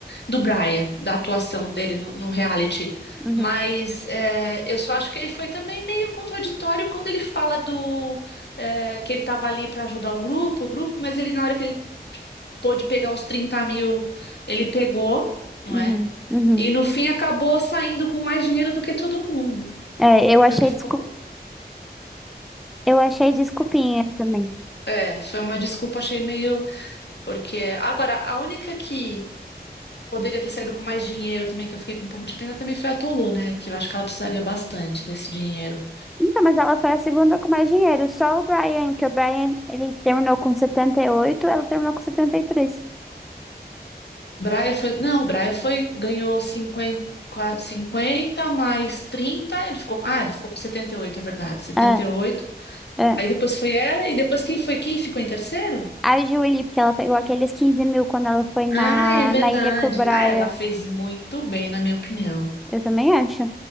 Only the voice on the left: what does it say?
do Brian, da atuação dele no, no reality,
mas é, eu só acho que ele foi também meio contraditório quando ele fala do é, que ele tava ali para ajudar o grupo, o grupo, mas ele, na hora que ele pôde pegar os 30 mil, ele pegou, não
é?
E no fim acabou saindo com mais dinheiro do que todo mundo.
Foi o que ficou.
É, foi uma desculpa, achei meio. Porque. Agora, a única que poderia ter saído com mais dinheiro também, que eu fiquei com um pouco de pena, também foi a Tolu, né? Que eu acho que ela precisaria bastante desse dinheiro.
Braia foi. Não, o Braia foi. Ganhou cinquenta qua- 50 mais trinta Ele ficou... Ah, ele ficou com setenta e oito é verdade. setenta
e oito
Aí depois foi ela, e depois quem foi? Quem ficou em terceiro?
Ah, é verdade.
Ah, ela fez muito bem, na minha opinião.